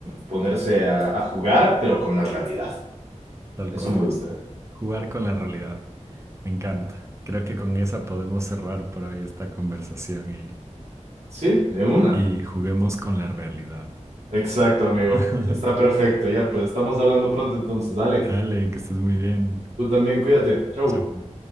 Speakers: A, on the right; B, on the right.
A: ponerse a, a jugar, pero con la realidad.
B: tal
A: Eso
B: cual.
A: me gusta.
B: Jugar con la realidad. Me encanta. Creo que con esa podemos cerrar por hoy esta conversación y,
A: Sí, de una.
B: y juguemos con la realidad.
A: Exacto, amigo.
B: <laughs>
A: Está perfecto. Ya, pues estamos hablando pronto entonces. Dale,
B: Dale, que estés muy bien.
A: tú también cuídate. Chau.
B: Chao.